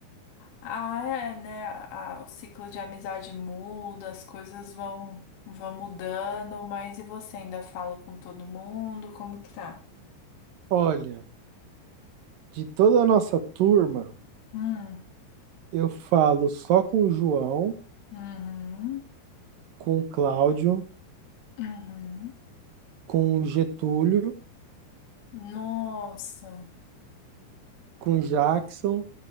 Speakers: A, on the left (about 60°); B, on the right (about 70°).
A: Ah, é, né? a- a- o ciclo de amizade muda, as coisas vão, vão mudando, mas e você ainda fala com todo mundo? Como que tá?
B: Olha, de toda a nossa turma,
A: Hum,
B: eu falo só com o João,
A: uhum,
B: com o Cláudio,
A: uhum.
B: com o Getúlio,
A: Nossa,
B: com o Jackson